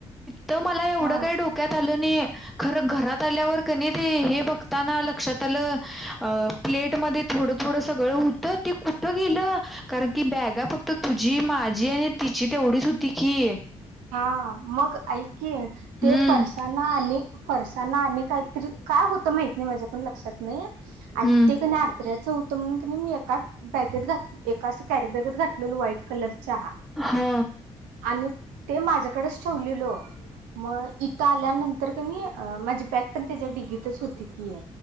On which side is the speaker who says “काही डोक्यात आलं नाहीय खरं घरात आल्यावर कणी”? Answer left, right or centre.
Centre